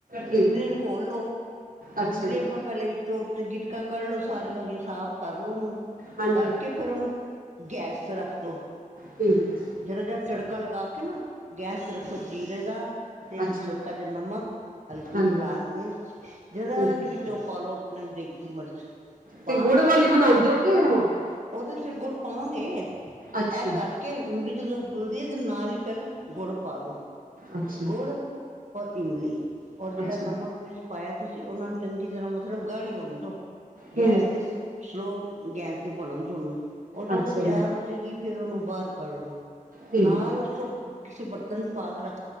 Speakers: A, on the right; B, on the right.
A: ਠੀਕ
B: ਇਮਲੀ
A: ਹੈ
B: ਨੂੰ ਘੋਲ ਲੋੋ,
A: ਅੱਛਾ
B: ਇਮਲੀ
A: ਜੀ
B: ਆਪਣਾ, ਪਹਿਲੇ ਵਿੱਚੋਂ ਤੇ ਗਿਟਕਾਂ ਕੱਢ ਲੋ ਸਾਰੀਆਂ ਉਹਦੀਆਂ ਸਾਫ਼ ਕਰ ਲੋ, ਕਰਕੇ ਉਹਨੂੰ
A: ਹਾਂਜੀ
B: ਕਰਕੇ ਫਿਰ, ਉਹਨੂੰ ਗੈਸ ਤੇ ਰੱਖ ਦੋ।
A: ਠੀਕ ਏ।
B: ਜਰਾ ਜਿਹਾ, ਤੜਕਾ ਲਗਾ ਕੇ, ਨਾ ਗੈਸ ਜੀਰੇ ਦਾ, ਤਿੰਨ
A: ਅੱਛਾ
B: ਹਲਕਾ
A: ਜੀ
B: ਜਿਹਾ, ਨਮਕ ਹਲਕੀ
A: ਹਾਂਜੀ
B: ਜਿਹੀ ਲਾਲ ਮਿਰਚ ਜਰਾ
A: ਠੀਕ ਹੈ
B: ਜੀ ਵੀਚੋ, ਪਾਲੋ ਦੇਗੀ ਮਿਰਚ। ਪਾ
A: ਤੇ ਗੁੜ
B: ਕੇ,
A: ਵਾਲੀ ਬਣਾਉਂਦੇ ਹੋ ਕਿ ਉਹ-
B: ਉਹਦੇ ਚ ਫਿਰ, ਗੁੜ ਪਾਉਗੇ,
A: ਅੱਛਾ
B: ਇਹ ਕਰਕੇ ਕਿ ਇਮਲੀ, ਜਦੋਂ ਉਬੁਲਦੀਏ, ਤੇ ਨਾਲ ਹੀ ਫਿਰ ਗੁੜ ਪਾ ਦਿਉ।
A: ਅੱਛਾ
B: ਗੁੜ ਔਰ ਇਮਲੀ, ਔਰ ਜਿਹੜਾ
A: ਅੱਛਾ
B: ਨਮਕ ਮਿਰਚ, ਪਾਇਆ, ਤੁਸੀਂ ਉਹਨਾਂ ਨੂੰ ਚੰਗੀ ਤਰ੍ਹਾਂ ਮਤਲਬ ਗਾੜ੍ਹੀ ਹੋਣ ਦੋ। <inaudible>
A: ਹੂੰ
B: ਗੈਸ ਤੇ ਸਲੋ, ਗੈਸ ਤੇ ਬਣਨ ਦੋ ਓਹਨੂੰ, ਉਹ ਜਦੋਂ
A: ਅੱਛਾ
B: ਤਿਆਰ
A: ਜੀ
B: ਹੋ ਜਾਏਗੀ। ਫਿਰ, ਉਹਨੂੰ ਬਾਹਰ ਕੱਢ ਲੋ,
A: ਠੀਕ
B: ਨਾਲ
A: ਹੈ ਜੀ।
B: ਉਸ ਤੋਂ ਕਿਸੇ ਬਰਤਨ ਵਿੱਚ ਪਾਕ ਰੱਖ।